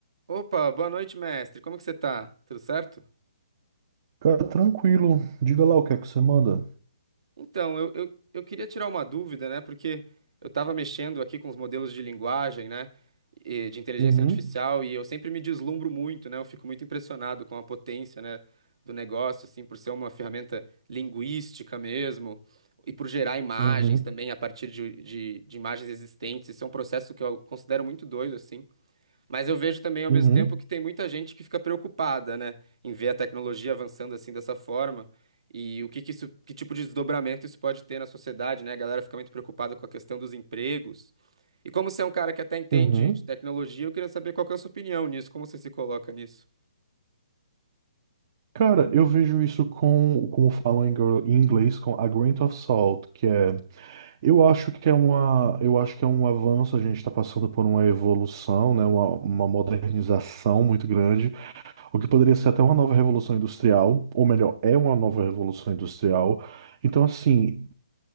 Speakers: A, on the right; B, on the right.
A: Opa, boa noite, mestre. Como que você tá? Tudo certo?
B: Cara, tranquilo. Diga lá o que é que você manda.
A: Então, eu, eu, eu queria tirar uma dúvida, né? Porque eu estava mexendo aqui com os modelos de linguagem, né? e De inteligência
B: Uhum,
A: artificial, e eu sempre me deslumbro muito, né? Eu fico muito impressionado com a potência, né? Do negócio, assim, por ser uma ferramenta linguística mesmo, e por gerar imagens
B: uhum,
A: também a partir de, de, de imagens existentes. Isso é um processo que eu considero muito doido, assim. Mas eu vejo também ao
B: uhum,
A: mesmo tempo que tem muita gente que fica preocupada, né, em ver a tecnologia avançando assim dessa forma e o que que isso, que tipo de desdobramento isso pode ter na sociedade, né? A galera fica muito preocupada com a questão dos empregos. E como você é um cara que até entende
B: uhum.
A: de tecnologia, eu queria saber qual que é a sua opinião nisso, como você se coloca nisso?
B: Cara, eu vejo isso com, como falam em gr- em inglês, com a grain of salt, que é, eu acho que é uma, eu acho que é um avanço, a gente está passando por uma evolução, né, uma, uma modernização muito grande, o que poderia ser até uma nova revolução industrial, ou melhor, é uma nova revolução industrial. Então, assim,